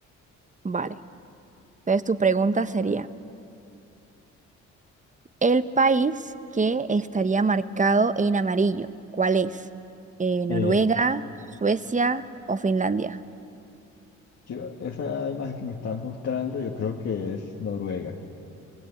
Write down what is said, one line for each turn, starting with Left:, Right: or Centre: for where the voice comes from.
Right: Vale. Entonces tu pregunta sería, ¿el país que estaría marcado en amarillo? ¿Cuál es? Eh, ¿Noruega,
Left: Eh,
Right: Suecia o Finlandia?
Left: yo- esa imagen que me estás mostrando, yo creo que es Noruega.